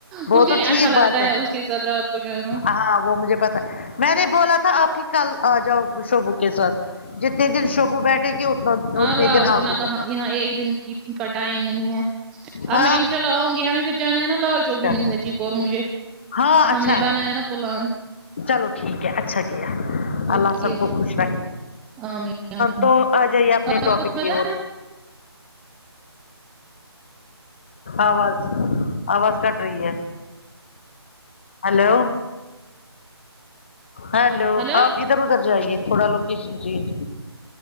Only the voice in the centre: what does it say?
مجھے
نہیں
اچھا لگتا
ہے اس کے ساتھ رات کو جانا
اعلیٰ
اتنا کہاں
یہاں ایک دن کی کا ٹائم نہیں ہے اب
میں ان شاء اللہ آؤں گی ہم پھر جو ہے نا نا جو بھی
من س جی کو اور مجھے
ہم نے بنایا
نا پلان
اوکے
آمین آمین
آپ
کو پتا
ہلو